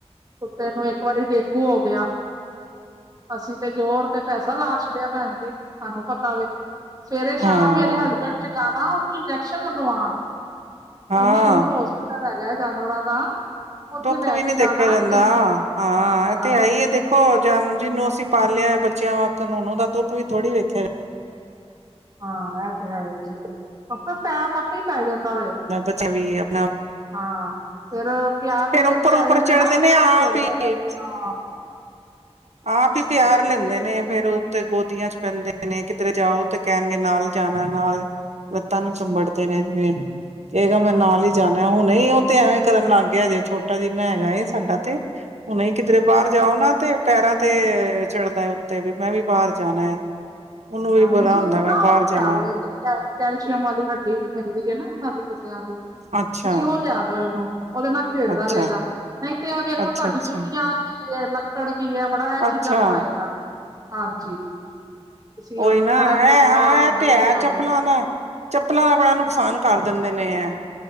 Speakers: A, on the right; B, on the right.
A: ਕੁੱਤੇ ਨੂੰ ਇੱਕ ਵਾਰੀ ਡੇਂਗੂ ਹੋ ਗਿਆ। ਅਸੀਂ ਤੇ ਜ਼ੋਰ ਤੇ ਪੈਸਾ ਲਾ ਛੱਡਿਆ ਭੈਣ ਜੀ ਸਾਨੂੰ ਪਤਾ ਵੇ। ਸਵੇਰੇ-ਸ਼ਾਮ
B: ਹਾਂ
A: ਮੇਰੇ ਹਸਬੈਂਡ ਨੇ ਜਾਣਾ ਉਨੂੰ ਇੰਜੈਕਸ਼ਨ ਲਗਵਾਣ।
B: ਹਾਂ
A: ਇੰਨੀ ਦੂਰ ਹੋਸਪਿਟਲ ਹੈਗਾ ਜਾਨਵਰਾਂ ਦਾ ਉੱਥੇ
B: ਦੁੱਖ
A: ਲੈ
B: ਵੀ
A: ਕੇ
B: ਨੀ ਦੇਖਿਆ
A: ਜਾਣਾ
B: ਜਾਂਦਾ,
A: ਤਿੰਨ ਦਿਨ
B: ਹਾਂ,
A: ਹਾਂਜੀ
B: ਐਤੇ
A: ਹਾਂਜੀ
B: ਹੈ ਹੀ ਏ ਦੇ ਖੋ ਜਾਨਵਰ ਜਿਨੂੰ ਅਸੀਂ ਪਾਲਿਆ ਬੱਚਿਆਂ ਵਾਕਨ ਹੁਣ ਓਦਾ ਦੁੱਖ ਵੀ ਥੋੜੀ ਵੇਖਿਆ
A: ਹਾਂ, ਐ ਤੇ ਹੈ ਹੀ ਏ ਆਪ ਪੈਰ ਆਪੇ ਈ ਪੈ ਜਾਂਦਾ ਵੇ।
B: ਬੱਚਾ ਵੀ ਆਪਣਾ
A: ਹਾਂ, ਫੇਰ ਪਿਆਰ
B: ਫੇਰ
A: ਜਦੋ
B: ਉੱਪਰ
A: ਪੈ
B: ਉੱਪਰ
A: ਜਾਂਦਾ
B: ਚੜ੍ਹਦੇ
A: ਨਾ
B: ਨੇ
A: ਜਦੋਂ
B: ਆਪ
A: ਖੇੜਦੇ
B: ਹੀ
A: ਨੇ, ਹਾਂ।
B: ਆਪ ਈ ਪਿਆਰ
A: ਬਸ।
B: ਲੈਂਦੇ ਨੇ ਫੇਰ ਓ ਤੇ ਗੋਦੀਆਂ ਚ ਪੈਂਦੇ ਨੇ, ਕਿਦਰੇ ਜਾਓ ਤੇ ਕਹਿਣਗੇ ਨਾਲ ਜਾਣਾ ਨਾਲ ਲੱਤਾਂ ਨੂੰ ਚੰਬੜ ਦੇ
A: ਹਾਂਜੀ-ਹਾਂਜੀ
B: ਨੇ ਜਿਵੇਂ ਕੇਗਾ ਮੈਂ ਨਾਲ ਈ ਜਾਣਾ ਹੁਣੇ ਈ ਓ ਤੇ ਐਵੇਂ ਕਰਨ ਲੱਗ ਗਿਆ ਜੇ ਛੋਟਾ ਜਿੱਨਾ ਹੈਗਾ ਏ ਸਾਡਾ ਤੇ ਹੁਨੇ ਕਿਦਰੇ ਬਾਰ ਜਾਓ ਨਾ ਤੇ ਪੈਰਾਂ ਤੇ ਚੜਦਾ ਉੱਤੇ ਵੀ ਮੈਂ ਵੀ ਬਾਰ ਜਾਣਾ। ਉਹਨੂੰ ਵੀ
A: ਹਾਂ,
B: ਬੜਾ
A: ਤੁਸੀਂ
B: ਹੁੰਦਾ
A: ਓਨੁ
B: ਮੈਂ
A: ਨਾ
B: ਬਾਹਰ
A: ਓ ਵੀ ਲਿਆਦੋ
B: ਜਾਵਾਂ
A: ਇੱਕ ਕੈ ਕੈਲਸ਼ੀਅਮ ਵਾਲੀ ਹੱਡੀ ਵੀ ਮਿਲਦੀ ਐ ਨਾ ਇਹਨਾਂ ਦੀ ਕੁੱਤਿਆਂ ਦੀ ਤੁਸੀਂ
B: ਅੱਛਾ
A: ਉਹ ਲਿਆ ਦੋ ਇਹਨੂੰ ਓਦੇ ਨਾਲ ਖੇਡਦਾ
B: ਅੱਛਾ
A: ਰੇਗਾ ਨਈ ਤੇ ਐ ਵੇਖੋ
B: ਅੱਛਾ
A: ਤੁਆਡੀ
B: ਅੱਛਾ
A: ਜੁੱਤੀਆਂ ਕੀ ਕੜਕੀ ਐ, ਬੜਾ ਐ ਚੀਜ਼ਾਂ
B: ਅੱਛਾ
A: ਖਾਏਗਾ, ਹਾਂਜੀ। ਤੁਸੀਂ ਉਹਨੂੰ
B: ਉਈ ਨਾ
A: ਥੋੜਾ ਜਿਹਾ
B: ਐ
A: ਵੱਡਾ
B: ਤਾ ਹਾਂ
A: ਹੁੰਦਾ
B: ਐ ਤੇ
A: ਹੀ
B: ਹੈ
A: ਪਿਆਵੇ
B: ਚੱਪਲਾਂ ਦਾ ਚੱਪਲਾਂ ਦਾ ਬੜਾ ਨੁਕਸਾਨ ਕਰ ਦਿੰਦੇ ਨੇ ਐ।